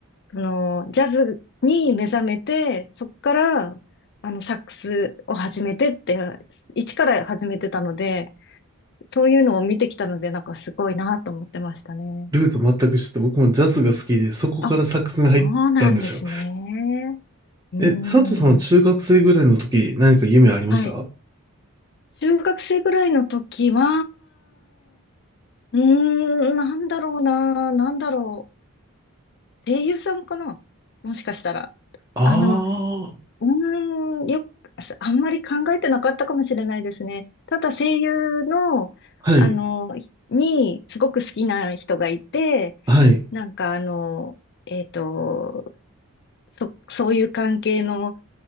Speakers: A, on the left (about 50°); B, on the right (about 15°).
A: その、ジャズに目覚めて、そっから、あの、サックスを始めてって、一から始めてたので、そういうのを見てきたので、なんかすごいなと思ってましたね。
B: ルート全く一緒で、僕もジャズが好きで、そこからサックスに入ったんですよ。
A: あ、そうなんですね。うーん。
B: え、佐藤さんは中学生ぐらいの時、何か夢ありました
A: はい。中学生ぐらいの時は、うーん、なんだろうな、なんだろう。声優さんかなもしかしたら。
B: ああ、
A: あの、うーん、よく、あんまり考えてなかったかもしれないですね。ただ声優の、
B: はい、
A: あの、に、すごく好きな人がいて、
B: はい。
A: なんかあの、えっと、そ、そういう関係の、